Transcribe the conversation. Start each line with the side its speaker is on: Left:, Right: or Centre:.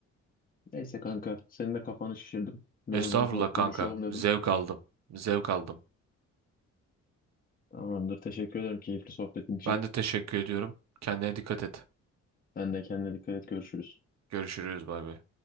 Left: Neyse kanka. Senin de kafanı şişirdim. Biraz
Right: Estağfurullah
Left: bunu konuşalım
Right: kanka.
Left: dedim.
Right: Zevk aldım. Zevk aldım.
Left: Tamamdır. Teşekkür ederim keyifli sohbetin için.
Right: Ben de teşekkür ediyorum. Kendine dikkat et.
Left: Sen de kendine dikkat et. Görüşürüz.
Right: Görüşürüz. Bay bay.